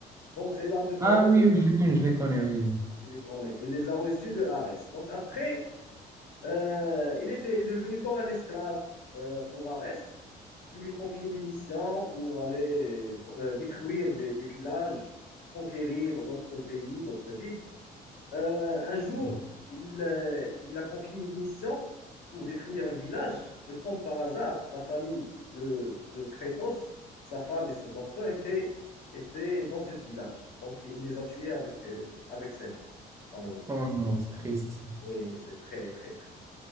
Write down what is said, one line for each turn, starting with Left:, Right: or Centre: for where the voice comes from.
Left: Bon, ces lames de chaos,
Right: Ah oui,
Left: il les,
Right: oui, je les connais, je les connais, oui.
Left: je les connais. Il les a reçues de Arès. Donc, après, Euh, il était devenu comme un esclave euh, pour Arès. Il lui confiait des missions pour aller euh, détruire des, des villages, conquérir d'autres pays, d'autres villes. Euh, un jour,
Right: oui.
Left: il, euh, il a confié une mission pour détruire un village. Et comme par hasard, la famille de, de Kratos, sa femme et ses enfants étaient, étaient dans ce village. Donc, il les a tués avec, euh, avec celle-là, malheureusement.
Right: Oh non, c'est triste. ça.
Left: Oui, c'est très, très triste.